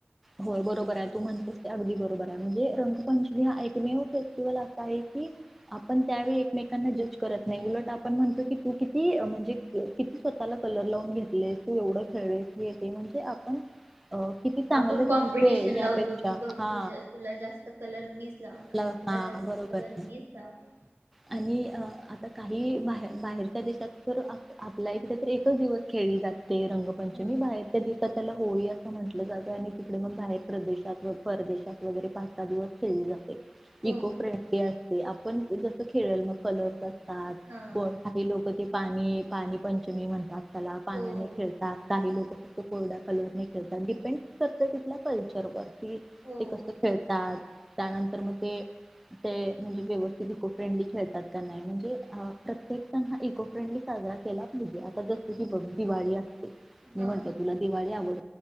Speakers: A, in the centre; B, on the right.
A: होय बरोबर आहे तू म्हणतेस अगदी बरोबर आहे म्हणजे रंगपंचमी हा एकमेव फेस्टिवल असा आहे की आपण त्यावेळी एकमेकांना जज करत नाही, उलट आपण म्हणतो कि तू किती म्हणजे किती स्वतःला कलर लावून घेतलेस, तू एवढ खेळलेस येत म्हणजे आपण अ किती चांगलं
B: आपण कॉम्पिटिशन
A: दिसतोय यापेक्षा
B: लावतो की बघ तु
A: हा
B: तुला जास्त कलर मिचं लावणार
A: ला-
B: तुला
A: हा
B: जास्त
A: बरोबर
B: कलर मिचं लावणार
A: आणि अ, आता काही बाहेर बाहेरच्या देशात तर आपल्या इकडे तर एकच दिवस खेळली जाते. ते रंगपंचमी
B: हम्म
A: बाहेर च्या देशात त्याला होळी असं म्हंटलं जात. आणि तिकडे मग बाहेर प्रदेशात व परदेशात वगैरे पाच सहा दिवस खेळली जात
B: हो
A: इको फ्रेंडली आपण जस खेळेल मग कलर दात
B: हा
A: काही लोक ते पाणी पाणी पंचमी म्हणतात. त्याला पाण्याने
B: हो
A: खेळतात काही लोक फक्त कोरड्या कलरने खेळतात. डिपेंड फक्त तिथल्या कल्चर वर कि
B: हो
A: ते कस खेळतात, त्यानंतर मग ते म्हणजे व्यवस्थित इको फ्रेंडली खेळतात का नाही त्यांना म्हणजे प्रत्येक जण हा इको फ्रेंडली साजरा केला पाहिजे आता जस की बघ दिवाळी मी
B: हा
A: म्हंटलं तुला दिवाळी आवड